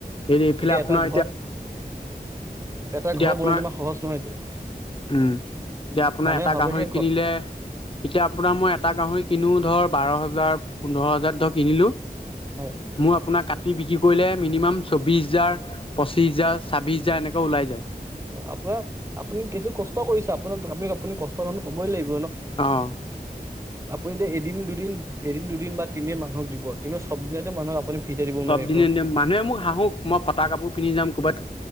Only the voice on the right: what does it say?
এতিয়া
এটা ঘৰ এটা
ঘৰ
বনোৱাটো ইমান সহজ নহয়তো
মানুহে
ভাবেহে
ঘৰ
হয়
আপোনাক আপুনি কিছু কষ্ট কৰিছে আপোনাক আপ আপুনি কষ্টৰ ধনটো পাবই লাগিব।
আপুনিতো এদিন, দুদিন, এদিন, দুদিন বা তিনদিন মানুহক দিব। কিন্তু চব দিনতে মানুহক আপুনি ফ্ৰীতে দিব
নোৱাৰিব।